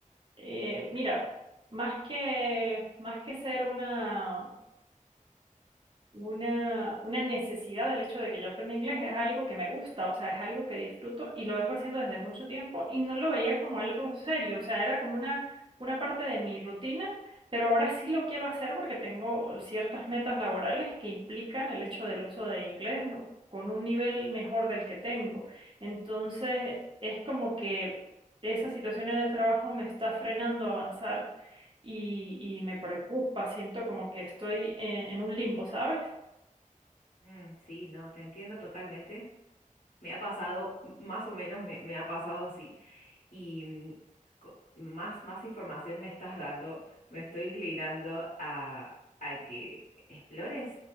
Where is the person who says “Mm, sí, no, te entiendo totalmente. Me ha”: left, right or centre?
Left